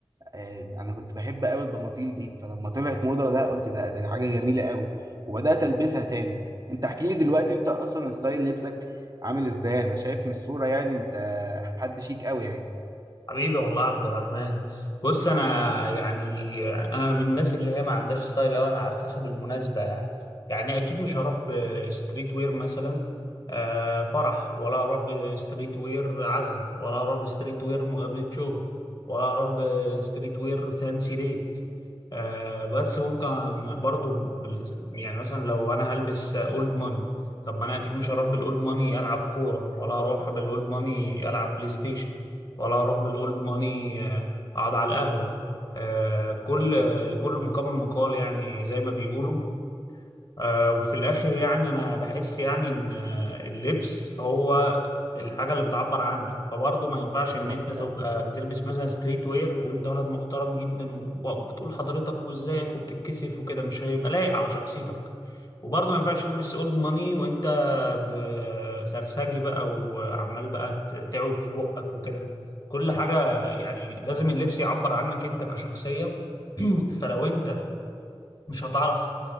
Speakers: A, on the right; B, on the left.
A: آه، انا كنت بحب قوي البناطيل دي فلما طلعت موضه لا قلت ده ده حاجه جميله قوي وبدات البسها تاني انت احكي لي دلوقتي انت اصلا ستايل لبسك عامل ازاي انا شايف من الصوره يعني انت حد شيك قوي يعني
B: حبيبي والله يا عبد الرحمن بص انا يعني انا من الناس اللي هي ما عندهاش ستايل أوي انا على حسب المناسبه يعني يعني اكيد مش هروح بستريت وير مثلا آه، فرح ولا هروح بستريت وير عزا ولا هروح بستريت وير مقابله شغل ولا هروح بستريت وير فانسي ديت آه، بس ممكن برضو بال- يعني مثلا لو انا هلبس اولد ماني طب ما انا اكيد مش هروح بالاولد ماني العب كوره ولا هروح بالاولد ماني العب بلاي ستيشن ولا هروح بالاولد ماني آه، اقعد على القهوه آه، كل لكل مقام مقال يعني زي ما بيقولوا آه، وفي الآخر يعني أنا بحس يعني إن آه، اللبس هو الحاجة اللي بتعبر عنك فبرضه ما ينفعش
A: بالظبط
B: إن أنت تبقى
A: آه.
B: بتلبس مثلا ستريت وير وأنت ولد محترم جدا و- وبتقول حضرتك وإزيك وبتتكسف وكده مش هيبقى لايق على شخصيتك وبرضه ما ينفعش تلبس أولد ماني وأنت ب- سرسجي بقى وعمال بقى ت- تعوج في بقك وكده كل حاجة يعني لازم اللبس يعبر عنك أنت كشخصية <clears throat> فلو أنت مش هتعرف